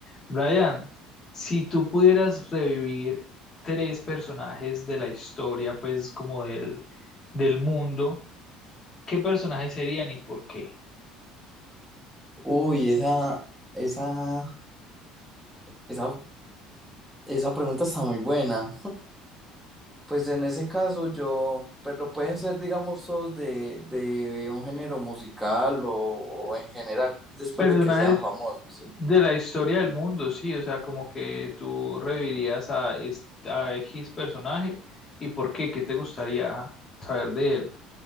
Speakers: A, on the left; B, in the centre.
A: Brian, si tú pudieras revivir tres personajes de la historia, pues como del, del mundo, ¿qué personajes serían y por qué?
B: Uy, esa, esa, esa, esa pregunta está muy buena. Pues en ese caso yo, pero pueden ser, digamos, todos de, de un género musical o, o en general después
A: Personajes
B: de que sean famosos, ¿sí?
A: de la historia del mundo, sí, o sea, como que tú revivirías a, est- a X personaje y por qué, ¿qué te gustaría saber de él?